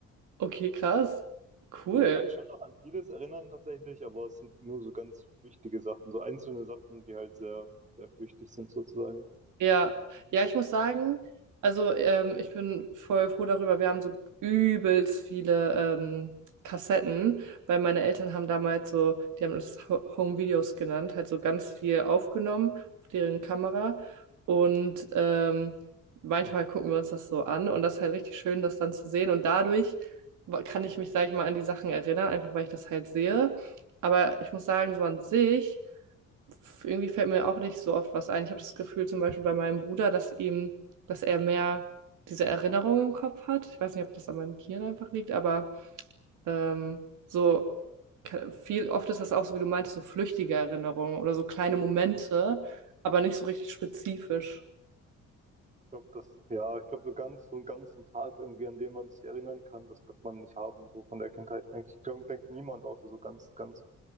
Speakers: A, on the right; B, on the right.
A: Okay, krass. Cool.
B: Also ich kann mich schon noch an vieles erinnern tatsächlich, aber es sind nur so ganz wichtige Sachen, so einzelne Sachen, die halt sehr, sehr flüchtig sind sozusagen.
A: Ja, ja, ich muss sagen, also ähm, ich bin voll froh darüber. Wir haben so übelst viele ähm, Kassetten, weil meine Eltern haben damals so, die haben es Ho- Home Videos genannt, halt so ganz viel aufgenommen auf deren Kamera. Und ähm, manchmal gucken wir uns das so an und das ist halt richtig schön, das dann zu sehen. Und dadurch wa- kann ich mich, sag ich mal, an die Sachen erinnern, einfach weil ich das halt sehe. Aber ich muss sagen, so an sich f- irgendwie fällt mir auch nicht so oft was ein. Ich habe das Gefühl, zum Beispiel bei meinem Bruder, dass ihm, dass er mehr diese Erinnerung im Kopf hat. Ich weiß nicht, ob das an meinem Gehirn einfach liegt, aber ähm, so ke- viel, oft ist das auch so, wie du meintest, so flüchtige Erinnerungen oder so kleine Momente, aber nicht so richtig spezifisch. <laughs>
B: Ich glaube, das, ja, ich glaube, so ganz, so einen ganzen Tag irgendwie, an den man sich erinnern kann, das wird man nicht haben, so von der Kindheit. denke Ich glaube denkt niemand, außer so ganz, ganz